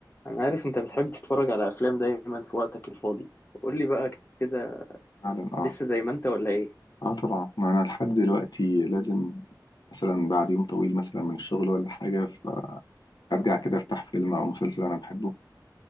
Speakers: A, on the left; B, on the left.
A: انا عارف انت بتحب تتفرج على افلام دايما في وقتك الفاضي قول لي بقى كده
B: فعلا اه
A: لسه زي ما انت ولا ايه
B: اه طبعا ما انا لحد دلوقتي لازم مثلا بعد يوم طويل مثلا من الشغل ولا حاجه فارجع كده افتح فيلم او مسلسل انا بحبه